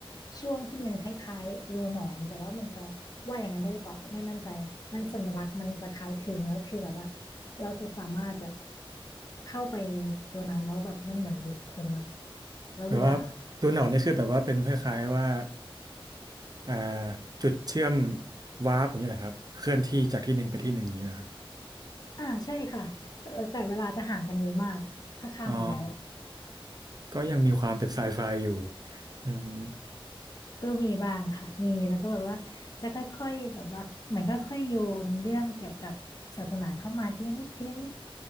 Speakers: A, on the left; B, on the right.
A: ช่วงที่มันคล้ายๆรูหนอนแต่ว่ามันจะว่าอย่างนั้นได้หรือเปล่าก็ไม่มั่นใจมันสัญลักษณ์มันจะคล้ายคลึงแล้วคือแบบว่าเราจะสามารถแบบเข้าไปในตัวนั้นแล้วแบบมันเหมือนอยู่คนละ
B: ๆแบบว่าดูหนอนนี่คือแบบว่าเป็นคล้ายๆว่า
A: แล้วเวลา
B: อ่าจุดเชื่อมวาร์ปอย่างนี้แหละครับเคลื่อนที่จากที่หนึ่งไปที่หนึ่งอย่างนี้นะครับ
A: อ่าใช่ค่ะแต่แต่เวลาจะห่างกันเยอะมากถ้าข้ามไปแล้วอะ
B: อ๋อก็ยังมีความเป็นไซไฟอยู่อืม
A: ก็มีบ้างค่ะมีแล้วก็แบบว่าจะค่อยๆแบบว่าเหมือนค่อยๆโยนเรื่องเกี่ยวกับศาสนาเข้ามาทีละนิดทีละนิด